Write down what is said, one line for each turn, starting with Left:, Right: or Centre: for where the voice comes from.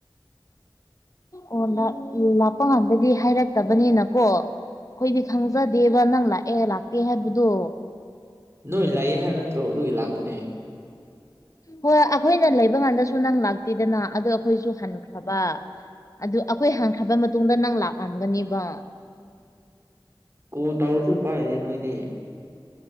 Left: ꯑꯣ ꯂꯥꯛꯄ ꯀꯥꯟꯗꯗꯤ ꯍꯥꯏꯔꯛꯇꯕꯅꯤꯅꯀꯣ ꯑꯩꯈꯣꯏꯗꯤ ꯈꯪꯖꯗꯦꯕ ꯅꯪ ꯂꯥꯛꯑꯦ ꯂꯥꯛꯇꯦ ꯍꯥꯏꯕꯗꯣ
Right: ꯅꯣꯏ ꯂꯥꯏꯌꯦ ꯍꯥꯏꯕ ꯅꯠꯇ꯭ꯔꯣ ꯑꯗꯨꯒꯤ ꯂꯥꯛꯄꯅꯦ
Left: ꯍꯣꯏ ꯑꯩꯈꯣꯏꯅ ꯂꯩꯕ ꯀꯥꯟꯗꯁꯨ ꯅꯪ ꯂꯥꯛꯇꯦꯗꯅ ꯑꯗꯨ ꯑꯩꯈꯣꯏꯁꯨ ꯍꯟꯈ꯭ꯔꯕ ꯑꯗꯨ ꯑꯩꯈꯣꯏ ꯍꯟꯈ꯭ꯔꯕ ꯃꯇꯨꯡꯗ ꯅꯪ ꯂꯥꯛꯂꯝꯝꯒꯅꯤꯕ
Right: ꯀꯣꯜ ꯇꯧꯔꯁꯨ ꯄꯥꯏꯗꯦ ꯅꯣꯏꯗꯤ